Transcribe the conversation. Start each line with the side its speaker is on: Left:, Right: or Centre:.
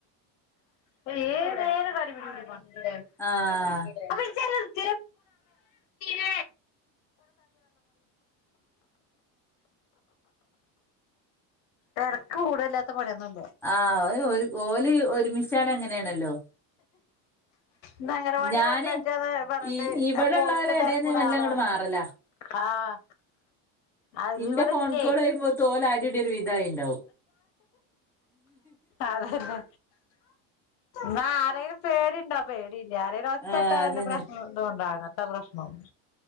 Left: ഏത് നേരും പരിപടി
Centre: ആഹ്
Left: <unintelligible> <unintelligible> തിരക്ക് കൂടല്ലാത്ത പണയൊന്നും
Centre: ആ ഒരു ഓല് ഒരുമിച്ചാല് അങ്ങനെയാണല്ലോ
Left: ന്ന അങ്ങനവാടി
Centre: ഞാന്
Left: കൊണ്ടക്കാന്ന് പറഞ്ഞിട്ട്
Centre: ഈ ഇവിടെള്ളോലെ
Left: അപ്പോ ഓൽക്ക്
Centre: എടേന്ന്
Left: തെരക്കൂടാ
Centre: മെല്ലെ
Left: ആള
Centre: അങ്ങട് മാറലാ
Left: ആഹ അത്വിടെല്ലേ
Centre: ഇന്റെ ഫോൺ കോൾ കഴിയുമ്പോത്ത് ഓല് അടിടി ഒരു വിധായിണ്ടാവും
Left: അതെതെ ന്ന ആരേലും പേടിണ്ടോ? പേടില്ല ആരേലും ഒച്ചട്ടാ
Centre: ആഹ്
Left: വല്ല
Centre: അതന്നെ
Left: പ്രശ്നോണ്ടോണ്ടോ? അങ്ങൻത്തെ പ്രശ്നോല്ല.